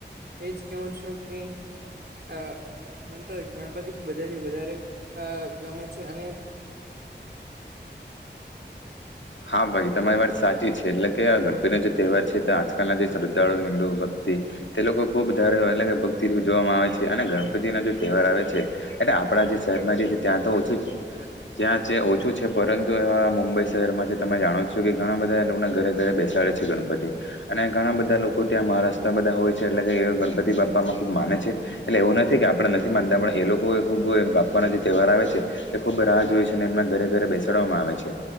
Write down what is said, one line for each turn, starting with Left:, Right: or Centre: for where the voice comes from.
Right: એજ કેવું છું કે. અ મન તો ગણપતિ બધાથી વધારે અ ગમે છે અને
Left: હા ભાઈ તમારી વાત સાચી છે એટલે કે ગણપતિનો જે તહેવાર છે તો આજકાલના જે શ્રદ્ધાળુ હિન્દુ ભક્તિ તે લોકો ખૂબ ધારે વાલે ને ભક્તિથી ઉજવામાં આવે છે અને ગણપતિ ના જે તહેવાર આવે છે. એટલે આપણા જે શહેરમાં જે છે ત્યાં તો ઓછું જ છે. ત્યાં છે ઓછું છે પરંતુ એવા મુંબઈ શહેરમાં છે. તમે જાણો છો કે ઘણા બધા લોકોના ઘરે ઘરે બેસાડે છે ગણપતિ અને ઘણા બધા લોકો ત્યાં મહારાષ્ટ્ર બધા હોય છે એટલે કે ગણપતિ બાપામાં ખુબ માને છે. એટલે એવું નથી કે આપણે નથી માનતા પણ એ લોકો ખુબ પણ જે તહેવાર આવે છે તે ખૂબ રાહ જોય છે અને એમના ઘરે ઘરે બેસાડવામાં આવે છે